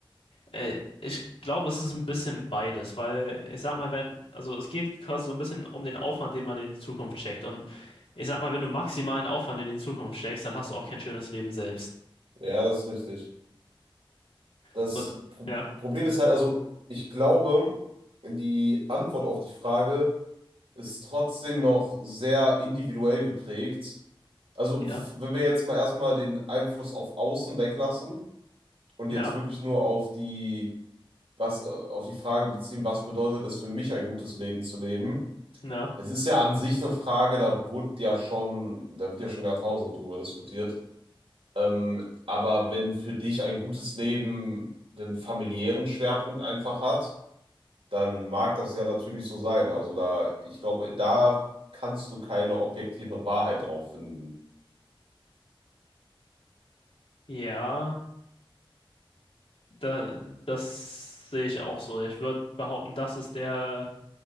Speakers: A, on the left; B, on the right.
A: Äh, ich glaube, es ist ein bisschen beides, weil ich sag mal, wenn, also es geht quasi so ein bisschen um den Aufwand, den man in die Zukunft steckt. Und ich sag mal, wenn du maximalen Aufwand in die Zukunft steckst, dann hast du auch kein schönes Leben selbst.
B: Ja, das ist richtig. Das
A: So,
B: Pro
A: ja,
B: Problem ist halt, also ich glaube, die Antwort auf die Frage ist trotzdem noch sehr individuell geprägt. Also
A: ja,
B: f- wenn wir jetzt mal erstmal den Einfluss auf Außen weglassen und
A: ja,
B: jetzt wirklich nur auf die, was, äh, auf die Frage beziehen, was bedeutet es für mich, ein gutes Leben zu leben?
A: ja,
B: Es ist ja an sich eine Frage, da wurde ja schon, da wird ja schon Jahrtausende drüber diskutiert. Ähm, aber wenn für dich ein gutes Leben den familiären Schwerpunkt einfach hat, dann mag das ja natürlich so sein. Also da, ich glaube, da kannst du keine objektive Wahrheit drauf finden.
A: ja, da, das sehe ich auch so. Ich würde behaupten, das ist der,